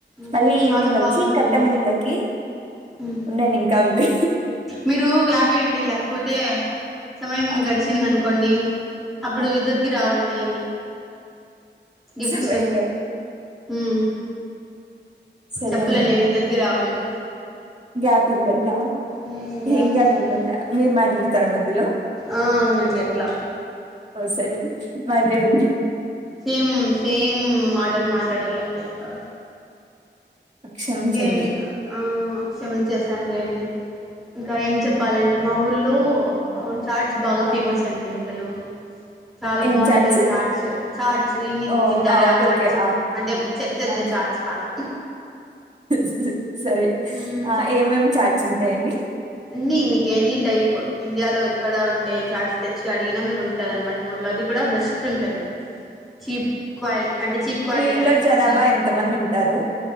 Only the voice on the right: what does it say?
మళ్ళీ
ఈవినింగ్ వచ్చి
కట్టమిందకి
ఉండండి ఇంకా ఉంది
ఆ
ఆ
సమయం కాదు
సరే
అండి
గ్యాప్
గ్యాప్ ఇవ్వాళ
ఏం గ్యాప్
ఇవ్వాళ్ళ మీర్ మాట్లాడతార మధ్యలో
ఓ సరే మాట్లాడండి
క్షమించండి
ఆ
ఏం
చాట్స్
ఓ
ఓకే
ఓకే ఆ
ఆ
స్ సరే
ఆ ఏమేమి చాట్స్ ఉంటాయండి
మీ ఊర్లో
జనాభా
ఎంత మంది ఉంటారు